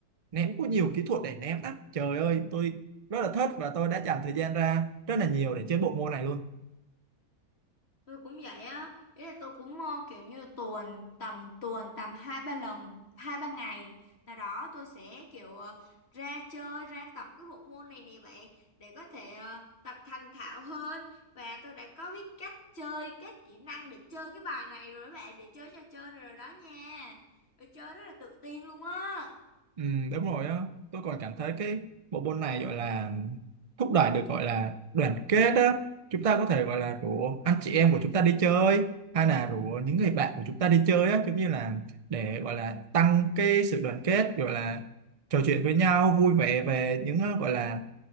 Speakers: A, on the right; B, on the left.
A: ném có nhiều kỹ thuật để ném lắm trời ơi tôi rất là thích và tôi đã dành thời gian ra rất là nhiều để chơi bộ môn này luôn
B: tôi cũng vậy á ý là tôi cũng ờ, kiểu như tuần tầm tuần tầm hai ba lần hai ba ngày nào đó tôi sẽ kiểu ờ, ra chơi ra tập cái bộ môn này nè bạn để có thể ờ, tập thành thạo hơn và tôi đã có biết cách chơi các kỹ năng để chơi cái bài này rồi đó bạn để chơi trò chơi này rồi đó nha tôi chơi rất là tự tin luôn á
A: ừ, đúng rồi á tôi còn cảm thấy cái bộ môn này gọi là thúc đẩy được gọi là đoàn kết á chúng ta có thể gọi là rủ anh chị em của chúng ta đi chơi hay là rủ những người bạn của chúng ta đi chơi á giống như là để gọi là tăng cái sự đoàn kết gọi là trò chuyện với nhau vui vẻ về những ờ, gọi là